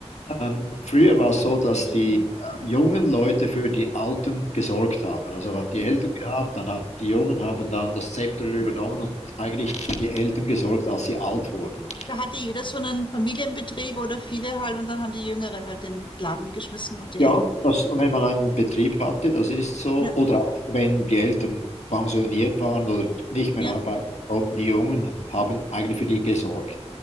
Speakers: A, on the left (about 80°); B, on the left (about 45°).
A: Ähm, früher war es so, dass
B: die Medien.
A: die äh, jungen Leute für die Alten gesorgt haben. Also hat
B: Mhm.
A: die Eltern gehabt, dann hat die Jungen haben dann das Zepter übernommen und eigentlich für die Eltern gesorgt, als sie alt wurden.
B: Da hatte jeder so einen Familienbetrieb oder viele halt und dann haben die Jüngeren halt den Laden geschmissen und die
A: Ja,
B: Älteren.
A: das, wenn man einen Betrieb hatte, das ist so.
B: Ja,
A: Oder auch wenn die Eltern pensioniert waren oder nicht mehr
B: ja.
A: arbeiten konnten, die Jungen haben eigentlich für die gesorgt.